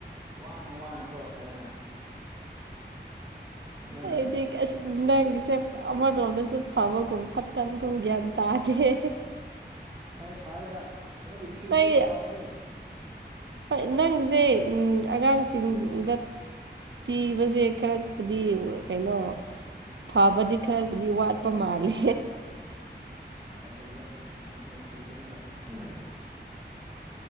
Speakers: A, on the right; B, on the right.
A: ꯋꯥꯅ ꯋꯥꯅꯀꯣ ꯀꯥꯏꯅ ꯁꯨꯃꯥꯏꯅ
B: ꯑꯩꯗꯤ ꯅꯪꯒꯤꯁꯦ
A: ꯑꯥ
B: ꯑꯃꯔꯣꯝꯗꯁꯨ ꯐꯕꯒꯨꯝ ꯐꯠꯇꯕꯒꯨꯝ ꯒ꯭ꯌꯥꯟ ꯇꯥꯗꯦ
A: ꯎꯝ ꯑꯩ ꯐꯥꯏꯗ ꯀꯅꯣꯒꯤ ꯁꯤꯡꯗꯗꯤ
B: ꯅꯪ
A: ꯐꯕꯅꯦ ꯎꯝ
B: ꯍꯣꯏ ꯅꯪꯖꯦ ꯑꯝ ꯑꯉꯥꯡꯁꯤꯡꯗꯠ ꯇꯤꯕꯖꯦ ꯈꯔꯄꯨꯠꯗꯤ ꯋ ꯀꯩꯅꯣ ꯐꯥꯕꯗꯤ ꯈꯔꯕꯨꯗꯤ ꯋꯥꯠꯄ ꯃꯥꯂꯦ
A: ꯅꯇꯩ ꯌꯥꯝ ꯅꯨꯡꯁꯤꯕꯅꯤꯅꯦ ꯎꯝ